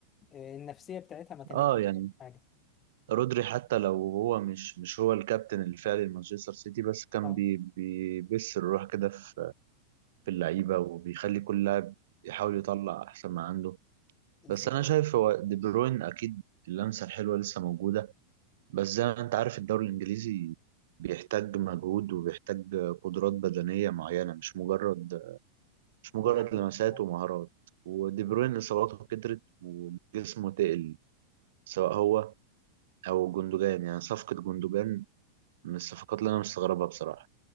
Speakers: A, on the left; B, on the right.
A: آه، النفسيه بتاعتها ما كانتش
B: آه يعني
A: حاجه
B: رودري حتى لو هو مش مش هو الكابتن الفعلي لمانشستر سيتي بس كان
A: اه
B: بي بيبث الروح كده في في اللعيبة وبيخلي كل لاعب يحاول يطلع أحسن ما عنده
A: بالظبط
B: بس أنا شايف هو دي بروين أكيد اللمسة الحلوة لسه موجودة بس زي ما أنت عارف الدوري الإنجليزي بيحتاج مجهود وبيحتاج قدرات بدنية معينة مش مجرد مش مجرد
A: دي حقيقه
B: لمسات
A: فعلا
B: ومهارات ودي بروين
A: آه،
B: إصاباته كترت وجسمه تقل سواء هو أو جندوجان يعني صفقة جندوجان من الصفقات اللي أنا مستغربها بصراحة